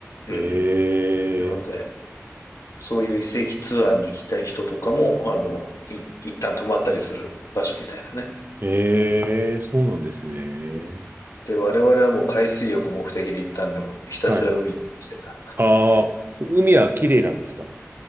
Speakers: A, on the left; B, on the right.
A: うん。
B: ええ。
A: なので、そういう遺跡ツアーに行きたい人とかも、あの、い一旦泊まったりする場所みたいですね。
B: ええ、そうなんですね。
A: で、我々はもう海水浴目的で行ったんで、もうひたすら海行ってましたか
B: はい。ああ、海は綺麗なんですか。